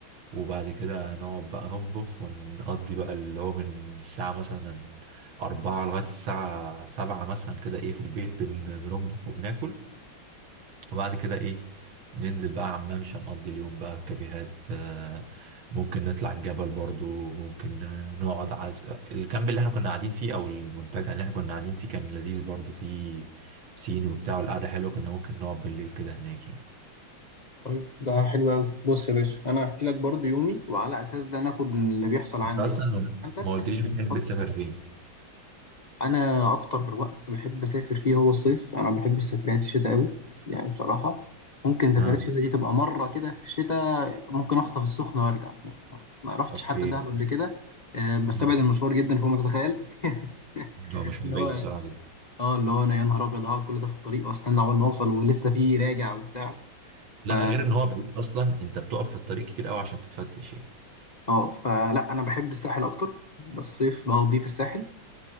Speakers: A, on the right; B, on the left.
A: وبعد كده نقعد بقى نطبخ ونقضي بقى اللي هو من الساعة مثلا أربعة لغاية الساعة سبعة مثلا كده إيه في البيت بن- بنطبخ وبناكل وبعد كده ايه ننزل بقى عمان مش هنقضي اليوم بقى في كافيهات آه، ممكن نطلع الجبل برضو ممكن آه، نقعد عز... الكامب اللي احنا كنا قاعدين فيه او المنتجع اللي احنا كنا قاعدين فيه كان لذيذ برضو فيه بسين وبتاع والقعدة حلوة كنا ممكن نقعد بالليل كده هناك يعني
B: طيب ده حلو قوي بص يا باشا انا هحكي لك برضو يومي وعلى اساس ده ناخد من اللي بيحصل عندي
A: انت اصلا
B: ولا عندك
A: ما قلتليش بتحب
B: ونحط
A: تسافر فين
B: انا اكتر وقت بحب اسافر فيه هو الصيف انا بحب سفريات الشتاء قوي يعني بصراحه ممكن سفريات
A: اه
B: الشتاء دي تبقى مره كده في الشتاء ممكن اخطف السخنه وارجع يعني ما, ما رحتش
A: اوكي
B: حتى دهب قبل كده أه بستبعد
A: مم.
B: المشوار جدا فوق ما تتخيل <laughs>
A: لا مشوار
B: اللي
A: بعيد
B: هو
A: بصراحة جدا
B: اه اللي هو انا يا نهار ابيض هقعد كل ده في الطريق واستنى عقبال ما اوصل ولسه في راجع وبتاع
A: لا
B: ف
A: غير ان هو بعيد اصلا انت بتقف في الطريق كتير قوي عشان تتفتش يعني
B: اه فلا انا بحب الساحل اكتر بس الصيف بقضيه في الساحل